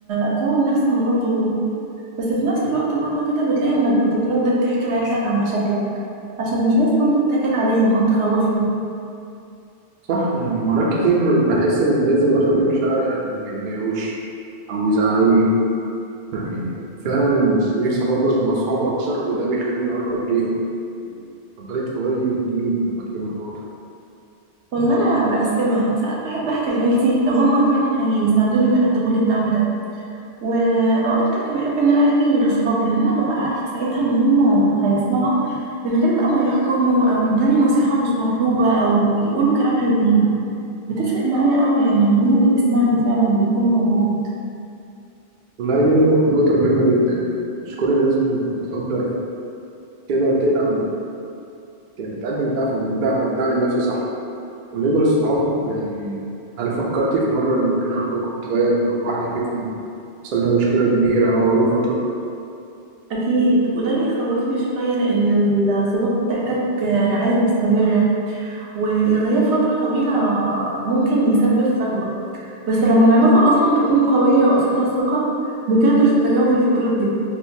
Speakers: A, on the right (about 75°); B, on the right (about 55°).
A: أكون نفسي من غير ضغوط بس في نفس الوقت برضو كده بتلاقي إنك بتتردد تحكي لعيلتك عن مشاكلك عشان مش عايز برضو تتقل عليهم أو تخوفهم
B: صح يعني مرات كتير بحس إني لازم أخبي مشاعري عشان ما يتضايقوش أو يزعلوني يعني فعلا نفسي أفضفض مع أصحاب أكتر وده بيخليني أقرب ليهم تفضلي تفضلي لمين لما تكوني مضغوطة
A: والله انا بقسمها ساعات بحب احكي لعيلتي لو هم فعلا هيساعدوني ويقدموا لي الدعم ده واوقات تانية بحب ان انا احكي لاصحابي لان انا ببقى عارفه ساعتها ان هم هيسمعوا من غير بقى ما يحكموا او يدوني نصيحه مش مطلوبه او يقولوا كلام هيضايقني بتفرق معايا قوي يعني مين اللي بيسمعني فعلا ويكون موجود
B: والله دي نمو- نقطة مهمة جدا يعني مش كل الناس بت- بتقدر تقدر تدعم يعني تقدم الدعم الدعم الدعم النفسي صح وبالنسبة للصحاب يعني هل فكرتي في مرة إن ممكن علاقتكم تتغير لو واحدة فيكم حصل لها مشكلة كبيرة أو قابلت فترة
A: اكيد وده بيخوفني شويه لان الصداقه بتحتاج رعايه مستمره والغياب فتره طويله ممكن يسبب فجوه بس لما العلاقة أصلا تكون قوية وأساسها الثقة بتقدر تتجاوز الفترات دي